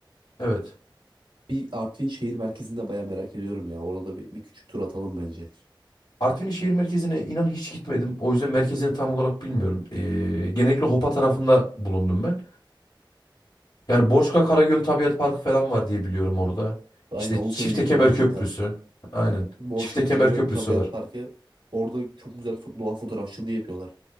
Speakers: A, on the left; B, on the right.
A: Evet.
B: Bir Artvin şehir merkezinde baya merak ediyorum ya. Orada bir, bir küçük tur atalım bence.
A: Artvin'in şehir merkezine inan hiç gitmedim. O yüzden merkezini tam olarak bilmiyorum. E, genellikle Hopa tarafında bulundum ben. Yani Borçka Karagöl Tabiat Parkı falan var diye biliyorum orada.
B: Aynen
A: İşte
B: onu
A: Çiftekemer
B: söyleyecektim ben sana
A: Köprüsü.
B: tam.
A: Aynen.
B: Borçka
A: Çiftekemer
B: Karagöl
A: Köprüsü
B: Tabiat
A: var.
B: Parkı. Orada çok güzel fo- doğa fotoğrafçılığı yapıyorlar.